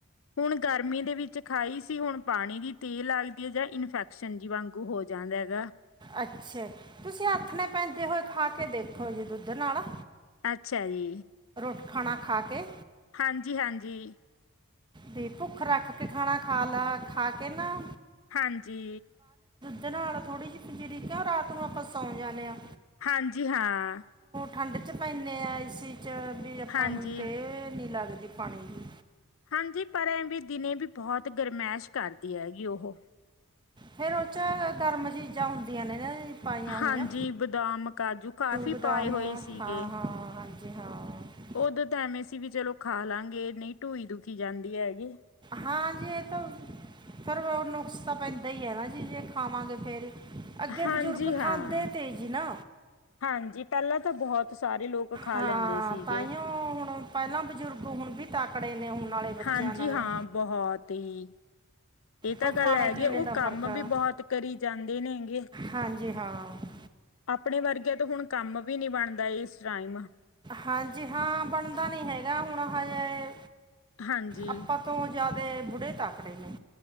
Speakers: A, on the left (about 65°); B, on the right (about 20°).
A: ਹੁਣ ਗਰਮੀ ਦੇ ਵਿੱਚ ਖਾਈ ਸੀ, ਹੁਣ ਪਾਣੀ ਦੀ ਤੇਲ ਲੱਗਦੀ ਹੈ ਜਾਂ ਇਨਫੈਕਸ਼ਨ ਜੀ ਵਾਂਗੂ ਹੋ ਜਾਂਦਾ ਹੈਗਾ।
B: ਅੱਛਾ, ਤੁਸੀਂ ਹੱਥਣੇ ਪੈਂਦੇ ਹੋਏ ਖਾ ਕੇ ਦੇਖੋ ਜੇ ਦੁੱਧ ਨਾਲ
A: ਅੱਛਾ ਜੀ।
B: ਟ ਖਾਣਾ ਖਾ ਕੇ।
A: ਹਾਂਜੀ-ਹਾਂਜੀ।
B: ਤੇ ਭੁੱਖ ਰੱਖ ਕੇ ਖਾਣਾ ਖਾ ਲੈ, ਖਾ ਕੇ ਨਾ
A: ਹਾਂਜੀ।
B: ਅਤੇ ਨਾਲ ਥੋੜ੍ਹੀ ਜਿਹੀ ਪਜੀਰੀ ਕਿਉਂ ਰਾਤ ਨੂੰ ਆਪਾਂ ਸੌਂ ਜਾਂਦੇ ਹਾਂ।
A: ਹਾਂਜੀ ਹਾਂ।
B: ਠੰਡ ਚ ਪੈਂਦੇ ਆਏ ਸੀ। ਚ ਵੀ ਆਪਾਂ
A: ਹਾਂਜੀ।
B: ਨੂੰ ਤੇ ਲੱਗਦੀ ਪਾਣੀ ਦੀ
A: ਹਾਂਜੀ ਪਰ ਐਵੇ ਵੀਂ ਦਿਨੇ ਵੀ ਬਹੁਤ ਗਰਮੈਸ਼ ਕਰਦੀ ਹੈਗੀ ਉਹ
B: ਫੇਰ ਉਹ ਚ ਗਰਮ ਚੀਜ਼ਾਂ ਹੁੰਦੀਆਂ ਨੇ ਨਾ। ਪਾਈਆਂ ਹੋਈਆਂ
A: ਹਾਂਜੀ, ਬਦਾਮ ਕਾਜੂ ਕਾਫ਼ੀ
B: ਬਦਾਮ
A: ਪਾਏ ਹੋਏ ਸੀਗੇ,
B: ਹਾਂ ਹਾਂ ਹਾਂਜੀ ਹਾਂ
A: ਉਦੋਂ ਤਾਂ ਐਵੇਂ ਸੀ ਵੀ ਚਲੋ ਖਾ ਲਾਂਗੇ ਨਹੀਂ ਟਢੂਈ ਦੂ ਜਾਂਦੀ ਹੈਗੀ।
B: ਹਾਂ ਜੀ ਇਹ ਤਾਂ ਫਿਰ ਨੁਕਸ ਤਾਂ ਪੈਂਦਾ ਹੀ ਹੈ ਨਾ ਜੀ ਜੇ ਖਾਵਾਂਗੇ ਫੇਰ। ਅੱਗੇ
A: ਹਾਂਜੀ
B: ਬਜ਼ੁਰਗ
A: ਹਾਂ
B: ਖਾਂਦੇ ਤੇਜ ਨਾ
A: ਹਾਂਜੀ, ਪਹਿਲਾਂ ਤਾਂ ਬਹੁਤ ਸਾਰੇ ਲੋਕ ਖਾ
B: ਹਾਂ
A: ਲੈਂਦੇ ਸੀਗੇ
B: ਤਾਂਹੀਓ ਹੁਣ ਪਹਿਲਾਂ ਬਜ਼ੁਰਗ ਹੁਣ ਵੀ ਤਾਕੜੇ ਨੇ ਹੁਣ ਵਾਲੇ ਬੱਚਿਆਂ
A: ਹਾਂਜੀ,
B: ਨਾਲੋਂ
A: ਹਾਂ। ਬਹੁਤ ਈ ਇਹ ਤਾਂ
B: ਉਹ
A: ਗੱਲ
B: ਖਾਣੇ
A: ਹੈ
B: ਪੀਣੇ
A: ਜੀ। ਉਹ
B: ਦਾ
A: ਕੰਮ
B: ਫਰਕ ਆ
A: ਵੀ ਬਹੁਤ ਕਰੀ ਜਾਂਦੇ ਨੇਂਗੇ,
B: ਹਾਂਜੀ ਹਾਂ
A: ਅਪਣੇ ਵਰਗਿਆਂ ਤੋਂ ਹੁਣ ਮ ਵੀ ਨੀ ਬਣਦਾ ਇਸ ਰਾਈਮ
B: ਹਾਂਜੀ- ਹਾਂ, ਬਣਦਾ ਨੀ ਹੈਗਾ ਹੁਣ ਹਜੇ
A: ਹਾਂਜੀ
B: ਅਪਾਂ ਤੋਂ ਜਿਆਦੇ ਬੁੜੇ ਤਾਕੜੇ ਨੇ